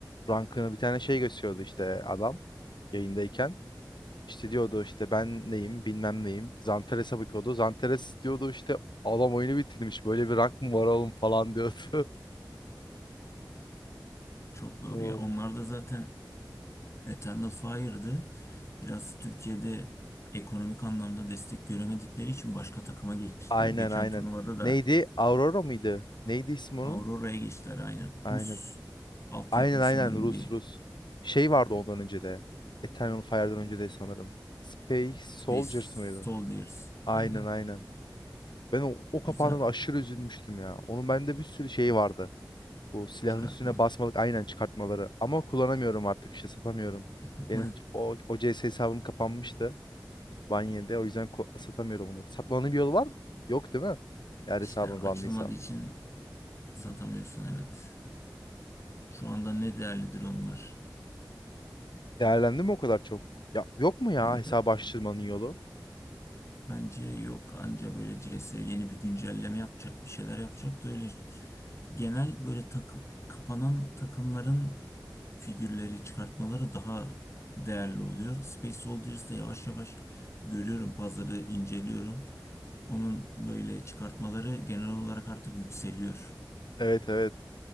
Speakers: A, on the left; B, on the left.
A: rankını bir tane şey gösteriyordu işte adam yayındayken. İşte diyordu işte ben neyim bilmem neyim. Zanteres'e bakıyordu. Zanteres diyordu işte adam oyunu bitirmiş böyle bir rank mı var oğlum falan diyordu.
B: Çok doğru
A: <laughs> Oo.
B: ya. Onlar da zaten Eternal Fire'dı. Biraz Türkiye'de ekonomik anlamda destek göremedikleri için başka takıma geçtiler.
A: Aynen
B: Geçen
A: aynen.
B: turnuvada da
A: Neydi? Aurora mıydı? Neydi ismi onun?
B: Aurora'ya geçtiler aynen.
A: Aynen.
B: Rus altyapılı
A: Aynen aynen
B: sanırım
A: Rus
B: bir
A: Rus. Şey vardı ondan önce de. Eternal Fire'dan önce de sanırım. Space Soldiers
B: Space
A: mıydı?
B: Soldiers
A: Aynen
B: aynen.
A: aynen. Ben o, o kapağından
B: Güzel
A: aşırı üzülmüştüm ya. Onun bende bir sürü şeyi vardı. Bu silahın
B: çıkartma.
A: üstüne basmalık aynen çıkartmaları. Ama kullanamıyorum artık işte satamıyorum.
B: <laughs>
A: Benim o, o C S hesabım kapanmıştı. Banye'de o yüzden ku- satamıyorum onları. Satmanın bir yolu var mı? Yok değil mi? Eğer
B: İşte
A: hesabın
B: açılmadığı
A: banlıysa. Hı
B: için satamıyorsun
A: hı.
B: evet. Şu anda ne değerlidir onlar?
A: Değerlendi mi o kadar çok? Ya yok mu ya
B: Evet,
A: hesabı
B: evet.
A: açtırmanın yolu?
B: Bence yok anca böyle C S yeni bir güncelleme yapacak bir şeyler yapacak da öyle genel böyle takı, kapanan takımların figürleri çıkartmaları daha değerli oluyor. Space Soldiers'da yavaş yavaş görüyorum pazarı inceliyorum. Onun böyle çıkartmaları genel olarak artık yükseliyor.
A: Evet evet.